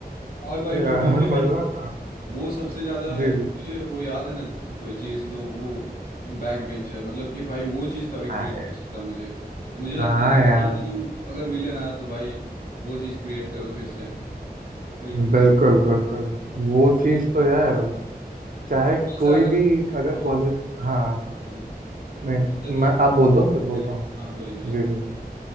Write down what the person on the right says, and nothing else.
यार
मजा था
जी
जी
हाँ
यार
बिल्कुल बिल्कुल वो
चीज
तो यार चाहे
कोई
भी अगर
कॉलेज हाँ
नहीं
मैं आप बोल
दो फिर बोलता हूँ
जी
जी